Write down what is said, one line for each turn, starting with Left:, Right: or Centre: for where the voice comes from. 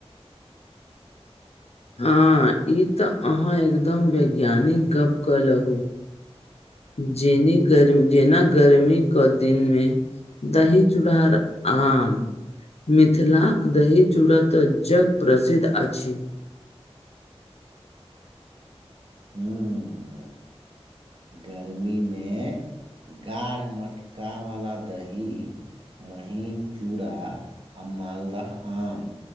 Left: हँ ई तऽ अहाँ एकदम वैज्ञानिक गप कलहू। जेनी गर्म जेना गर्मी क दिनमे दही चूड़ा और आम मिथिलाक दही चूड़ा त जग प्रसिद्ध अछि।
Right: हूँ। गर्मी मे गाढ़ मटका वाला दही। महीन चूड़ा आ मालदह आम